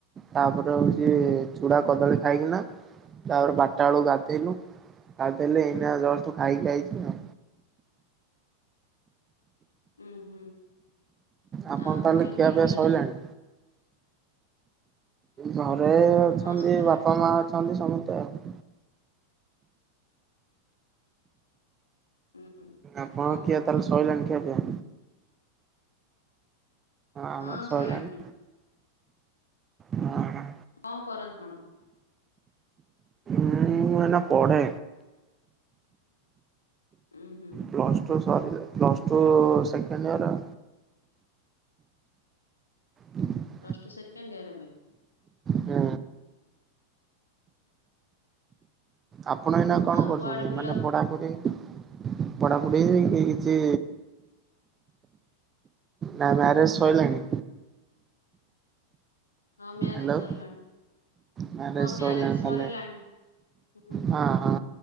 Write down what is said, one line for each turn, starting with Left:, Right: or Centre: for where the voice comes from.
Right: ତାପରେ
Left: ହୁଁ
Right: ହଉଛି
Left: ହୁଁ।
Right: ଚୁଡା କଦଳୀ ଖାଇକି ନା ତାପରେ ବାରଟା
Left: ହୁଁ
Right: ବେଳକୁ ଗାଧେଇଲୁ ଗାଧେଇଲେ ଏଇନା ଜଳୁ ଖାଇ ଖାଇଛି ଆଉ
Left: ଉୁଁ ହୁଁ
Right: ଆପଣ
Left: ଆଉ
Right: ତାହେଲେ
Left: ଘରେ
Right: ଖିଆପିଆ
Left: କିଏ କିଏ ଅଛନ୍ତି?
Right: ସଇଲାଣି? ଘରେ ଅଛନ୍ତି
Left: ହଁ ସରିଲାଣି।
Right: ବାପା ମା ଅଛନ୍ତି ସମସ୍ତେ ଆଉ
Left: ହୁଁ
Right: ଆପଣ
Left: ଆଉ କଣ
Right: ଖିଆ
Left: କର?
Right: ତାହେଲେ ସରିଲାଣି ଖିଆପିଆ? ଆମର
Left: ହଁ
Right: ସଇଲାଣି
Left: ସରିଲାଣି।
Right: ହଁ।
Left: କଣ କରନ୍ତି କଣ?
Right: ମୁଁ ମାନେ ପଢେ।
Left: ଉଁ ହୁଁ।
Right: ପ୍ଲସ ଟୁ ସଇଲେ ପ୍ଲସ୍ ଟୁ ସେକେଣ୍ଡ ଇଅର। ହୁଁ
Left: ପ୍ଲସ ଟୁ ସେକେଣ୍ଡ ଇଅର ଏବେ।
Right: ହୁଁ। ଆପଣ ଏଇନା କଣ
Left: ଆଉ
Right: କରୁଛନ୍ତି
Left: କୁଆଡେ ବୁଲା
Right: ମାନେ ପଢାପଢ଼ି ପଢାପଢ଼ି କି କିଛି ନା ମ୍ୟାରେଜ୍ ସଇଲାଣି?
Left: ହଁ ମ ହଁ ମ୍ୟାରେଜ୍
Right: ହ୍ୟାଲୋ।
Left: ସରିଲାଣି।
Right: ମ୍ୟାରେଜ
Left: ହଁ ମ୍ୟାରେଜ୍
Right: ସଇଲାଣି ତାହେଲେ
Left: ସରିଲାଣି। ହୁଁ, ହୁଁ।
Right: ହଁ ହଁ